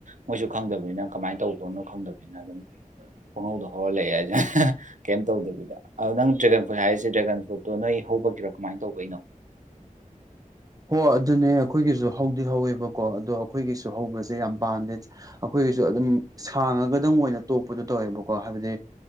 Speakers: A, on the right (about 60°); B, on the right (about 25°).
A: ꯃꯣꯏꯁꯨ ꯈꯪꯗꯕꯅꯤꯅ ꯀꯃꯥꯏꯅ ꯇꯧꯗꯣꯏꯅꯣ ꯈꯪꯗꯕꯅꯤꯅ ꯑꯗꯨꯝ
B: ꯎ
A: ꯄꯨꯡꯍꯧꯗꯣ ꯍꯧꯔꯂꯛꯑꯦ ꯍꯥꯏꯁꯦ ꯀꯩꯝ ꯇꯧꯗꯕꯤꯗ ꯑꯗ ꯅꯪ ꯗ꯭ꯔꯦꯒꯟ ꯐ꯭ꯔꯨꯠ ꯍꯥꯏꯔꯤꯁꯦ ꯗ꯭ꯔꯦꯒꯟ ꯐ꯭ꯔꯨꯠꯇꯣ ꯅꯣꯏ ꯍꯧꯕ ꯔꯥ ꯀꯃꯥꯏꯅ ꯇꯧꯕꯩꯅꯣ
B: <unintelligible> ꯍꯣ ꯑꯗꯨꯅꯦ ꯑꯩꯈꯣꯏꯒꯤꯁꯨ ꯍꯧꯗꯤ ꯍꯧꯋꯦꯕꯀꯣ ꯑꯗꯣ ꯑꯩꯈꯣꯏꯒꯤꯁꯨ ꯍꯧꯕꯁꯦ ꯌꯥꯝ ꯄꯥꯝꯗꯦ ꯑꯩꯈꯣꯏ ꯑꯩꯈꯣꯏꯒꯤꯁꯨ ꯑꯗꯨꯝ ꯁꯥꯡꯉꯒꯗꯪ ꯑꯣꯏꯅ ꯇꯣꯛꯄꯗꯣ ꯇꯧꯋꯦꯕꯀꯣ ꯍꯥꯏꯕꯗꯤ